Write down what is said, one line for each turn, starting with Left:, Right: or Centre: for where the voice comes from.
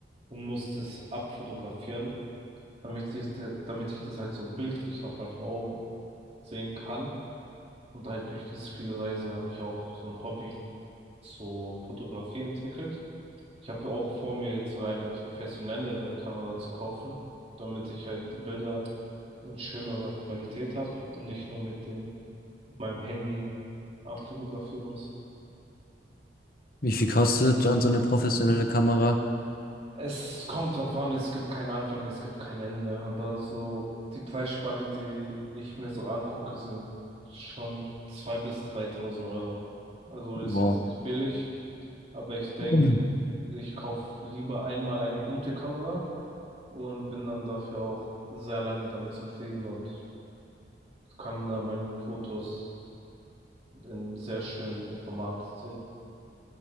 Right: und muss das abfotografieren, damit ich, de- damit ich das halt so bildlich nochmal vor Augen sehen kann. Und halt durch dieses viele Reisen habe ich auch so ein Hobby so Fotografie entwickelt. Ich habe ja auch vor mir jetzt so eine professionellere Kamera zu kaufen, damit ich halt die Bilder in schönerer Qualität habe und nicht nur mit dem, mit meinem Handy abfotografieren muss.
Left: Wie viel kostet dann so eine professionelle Kamera?
Right: Es kommt drauf an, es gibt keinen Anfang, es gibt kein Ende, aber so die Preisspanne, die ich mir so angucke, sind schon 2.000 bis 3.000 Euro. Also ist
Left: Wow,
Right: jetzt nicht billig, aber ich denke,
Left: Mhm.
Right: ich kaufe lieber einmal eine gute Kamera und bin dann dafür auch sehr lange damit zufrieden und kann dann meine Fotos in sehr schönem Format sehen.